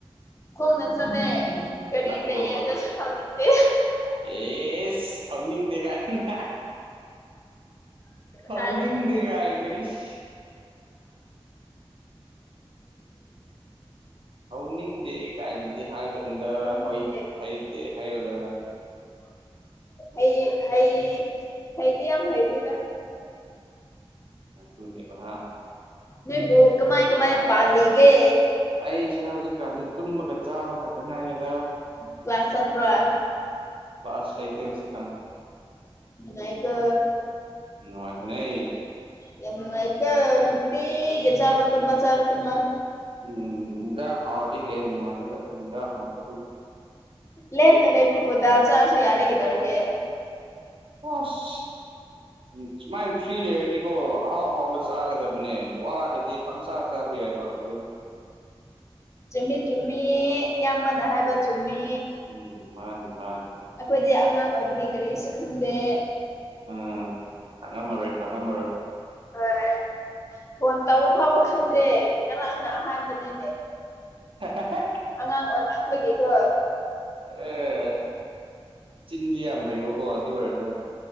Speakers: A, on the left; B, on the right.
A: ꯈꯣꯡꯅ ꯆꯠꯂꯦ ꯒꯥꯔꯤ
B: ꯅꯛꯄ꯭ꯔꯣꯕ
A: ꯂꯩꯌꯦ ꯑꯗꯨꯁꯨ ꯊꯧꯅꯤꯡꯇꯦ
B: ꯑꯦꯁ ꯊꯧꯅꯤꯡꯗꯦ ꯀꯥꯏꯅ ꯊꯧꯅꯤꯡꯗꯦ
A: ꯍꯥꯟꯅ
B: ꯒꯥꯏꯅ ꯏꯁ ꯍꯧꯅꯤꯡꯗꯦ ꯀꯥꯏꯅꯗꯤ ꯍꯥꯏꯒꯅꯨꯗ
A: ꯍꯧꯅꯤꯡꯗꯦ
B: ꯍꯣꯏ ꯍꯩꯇꯦ ꯍꯥꯏꯕꯗ
A: ꯍꯩ ꯍ ꯩ ꯍꯩꯗꯤ ꯌꯥꯝ ꯍꯩꯇꯦꯗ
B: ꯑꯇꯨꯅꯦꯕ ꯍꯥ
A: ꯅꯣꯏꯕꯨ ꯀꯃꯥꯏ ꯀꯃꯥꯏ ꯄꯥꯂꯤꯒꯦ
B: ꯑꯩꯁꯦ ꯍꯧꯖꯤꯛꯀꯥꯟꯗꯤ ꯇꯨꯝꯕꯒ ꯆꯥꯕꯒ ꯈꯛꯇ ꯉꯥꯏꯔꯦꯗ
A: ꯀ꯭ꯂꯥꯁ ꯆꯠꯄꯔ
B: ꯄꯥꯁ ꯂꯩꯇꯦ ꯍꯧꯖꯤꯛ ꯀꯥꯟ
A: ꯅꯨꯡꯉꯥꯏꯀꯣ
B: ꯅꯨꯡꯉꯥꯏ ꯕꯅꯦ
A: ꯌꯥꯝ ꯅꯨꯡꯉꯥꯏꯀ‌ꯣ ꯅꯨꯡꯇꯤꯒꯤ ꯆꯥꯕ ꯇꯨꯝꯕ ꯆꯥꯕ ꯇꯨꯝꯕ
B: ꯎꯝ ꯎꯝ ꯎꯝ ꯏꯟꯖꯥꯛ ꯍꯥꯎꯔꯗꯤ ꯍꯦꯛ ꯅꯨꯡꯉꯥꯏꯅꯗ ꯍꯤꯟꯖꯥꯛ ꯍꯥꯎꯇ
A: ꯂ‌ꯦꯝꯅ ꯂꯩꯕꯕꯨ ꯗꯥꯥꯜ ꯆꯥꯔꯁꯨ ꯌꯥꯔꯦ ꯀꯩꯗꯧꯔꯒꯦ
B: ꯑꯣꯁ ꯎꯝ ꯁꯨꯃꯥꯏꯅ ꯐ꯭ꯔꯤ ꯂꯩꯔꯗꯤꯀꯣ ꯑꯍꯥꯎ ꯑꯍꯥꯎꯕ ꯆꯥꯒꯗꯕꯅꯦ ꯋꯥꯔꯗꯤ ꯄꯪꯆꯥꯥ ꯆꯥꯕ ꯌꯥꯏꯕ ꯑꯗꯨ
A: ꯆꯨꯝꯃꯤ ꯆꯨꯝꯃꯤ ꯏꯌꯥꯝꯕꯅ ꯍꯥꯏꯕ ꯆꯨꯝꯃꯤ
B: ꯎꯝ ꯎꯝ ꯃꯥꯟꯅꯤ ꯃꯥꯟꯅꯤ
A: ꯑꯈꯣꯏꯗꯤ ꯑꯉꯥꯡ ꯑꯣꯏꯕꯒꯤ ꯀꯔꯤꯁꯨ ꯈꯪꯗꯦ
B: ꯎꯝ ꯈꯪꯉꯝꯃꯔꯣꯏ ꯈꯪꯉꯝꯃꯔꯣꯏ
A: ꯍꯣꯏ ꯍ‌ꯣꯏ ꯐꯣꯟ ꯇꯧꯕ ꯐꯥꯎꯕ ꯈꯪꯗꯦ ꯉꯔꯥꯡꯅ ꯑꯍꯥꯟꯕꯅꯦꯃ‌ꯦ
B: <unintelligible>
A: ꯑꯉꯥꯡ ꯑꯣꯏ ꯃꯟꯕꯒꯤꯀꯣ
B: ꯑꯦ ꯆꯤꯡꯗꯤ ꯌꯥꯝ ꯍꯩꯕꯀꯣ ꯑꯗꯨ ꯑꯣꯏꯔꯒ